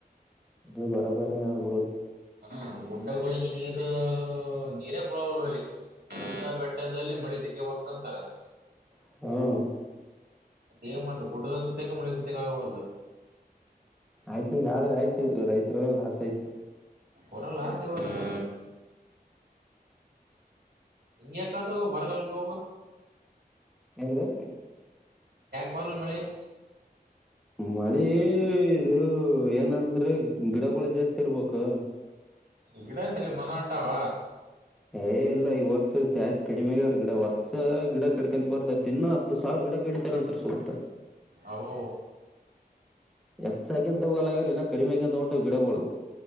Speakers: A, in the centre; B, on the right.
A: ಅದು ಬರಬರ ಕೂಡ
B: ಹ ಗುಡ್ಡಗಳಿಗೆ ನೀರ ನೀರೇ ಪಳಾವಲ್ಲ ಅಲ್ಲಿ ಬೆಟ್ಟ ಬೆಟ್ಟದಲ್ಲಿ ಮಳಜಕ್ಕೆ ಬರ್ತಂತಾರೆ
A: ಹ್ಮ
B: ದೇವ ಮಾಡು ಗಡುದ ಸತೆಕ ಮೊಳೆ ಸುತೆಕಾಗಬುದು
A: ಆಯ್ತು ಹಿಂಗ ಆದ್ರೆ ಆಯ್ತು ರೈತ್ರರಲ್ಲ ಲಾಸ್ ಆಯ್ತು
B: ಒಡ ಲಾಸ್ ಇವತ್ತು ಹಿಂಗಗೆಕದು ಬರ್ಗನ್ಗ ಹಬ
A: ಏನ್ರಿ
B: ಬರನ್ ಮಳಿ
A: ಮಳೆ ಇದು ಏನಂದ್ರೆ ಗಿಡಗಳು ಜಾಸ್ತಿ ಇರ್ಬೇಕು
B: ಗಿಡೇನ್ರಿ ಮನ ಆಂಟಾವ
A: ಏ ಇಲ್ಲ ಈ ವರ್ಷ ಜಾಸ್ತಿ ಕಡಿಮೆಗ್ರ ಗಿಡ ವರ್ಷ ಗಿಡ ಕಟ್ಕಂತ ಬರ್ತ ದಿನ ಹತ್ತು ಸಾವಿರ ಗಿಡ ಕ ನಂತ ಸೋತ
B: ಅವು
A: ಎಚ್ಚ ಹಾಕಿನ್ ತಗೋರೀ ನ ಕಡಿಮೆ ಆಕಂತ ತಗಂಟಾವ ಗಿಡಗಳು